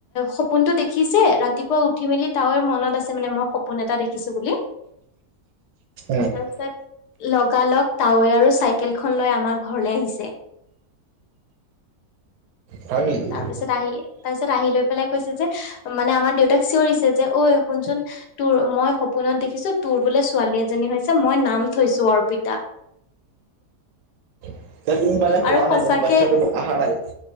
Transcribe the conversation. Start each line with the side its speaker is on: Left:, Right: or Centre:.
Left: সপোনটো দেখিছে, ৰাতিপুৱা উঠি মেলি তাৱৈৰ মনত আছে মানে মই সপোন এটা দেখিছোঁ বুলি,
Right: উম
Left: তাৰপিছত লগা লগ তাৱৈ আৰু চাই কেলখন লৈ আমাৰ ঘৰলৈ আহিছ <inaudible>
Right: হয় নেকি
Left: তাৰ পিছত আহি, তাৰ পিছত আহি লৈ পেলাই কৈছে যে, মানে আমাৰ দেউতাক চিঞৰিছে যে ঐ শুনচোন, তোৰ মই সপোনত দেখিছো তোৰ বোলে ছোৱালী এজনী হৈছে, মই নাম থৈছো অৰ্পিতা।
Right: <unintelligible> কোৱা নাই তামানে,
Left: আৰু সঁচাকে
Right: বাচ্ছাটো আহা নাই?